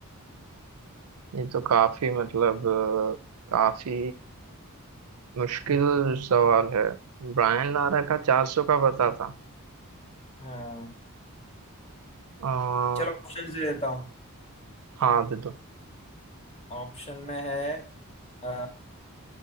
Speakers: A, on the right; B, on the left.
A: ये तो काफी मतलब अ, काफी मुश्किल
B: <laughs>
A: सवाल है ब्रायन लारा का चार सौ का पता था
B: हाँ
A: अ,
B: चलो ऑप्शन दे देता हूँ
A: हाँ दे दो
B: ऑप्शन में है अ,